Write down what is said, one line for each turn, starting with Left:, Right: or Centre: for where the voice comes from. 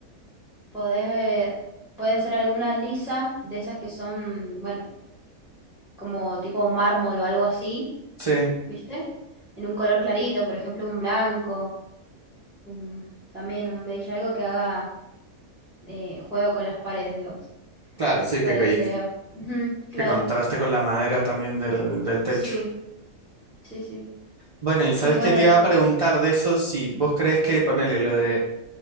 Centre: podés, eh, pueden ser algunas lisas de esas que son, bueno como tipo mármol o algo así,
Right: sí,
Centre: ¿viste? En un color clarito, por ejemplo, un blanco, un- también un beige, algo que haga eh, juego con las paredes, digamos,
Right: claro, sí,
Centre: para
Right: que, que,
Centre: que se vea. Ujú, claro,
Right: que contraste con la madera también del, del techo.
Centre: sí, sí, sí.
Right: Bueno, y sabes
Centre: Y bueno,
Right: qué te iba a preguntar de eso, si vos crees que, ponele, lo de,